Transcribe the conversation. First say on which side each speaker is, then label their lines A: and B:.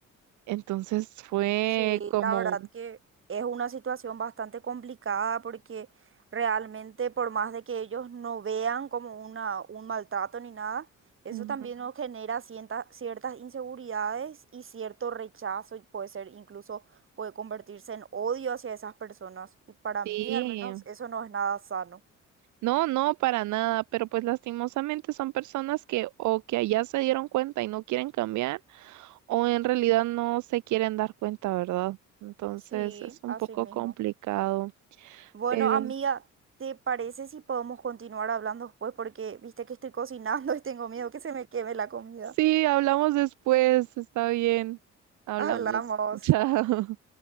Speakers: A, on the right; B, on the right.
A: Entonces fue
B: Sí,
A: como,
B: la verdad que es una situación bastante complicada porque realmente por más de que ellos no vean como una, un maltrato ni nada, eso
A: Ujú.
B: también nos genera cienta- ciertas inseguridades y cierto rechazo y puede ser incluso puede convertirse en odio hacia esas personas. Y para
A: sí,
B: mí al menos eso no es nada sano.
A: No, no, para nada, pero pues lastimosamente son personas que o que allá se dieron cuenta y no quieren cambiar o en realidad no se quieren dar cuenta, ¿verdad? Entonces
B: Sí,
A: es un
B: así
A: poco
B: mismo.
A: complicado,
B: Bueno,
A: pero
B: amiga, ¿te parece si podemos continuar hablando después? Porque viste que estoy cocinando <laughs> y tengo miedo que se me queme la comida.
A: sí, hablamos después, está bien, hablamos,
B: Hablamos.
A: <laughs> chao.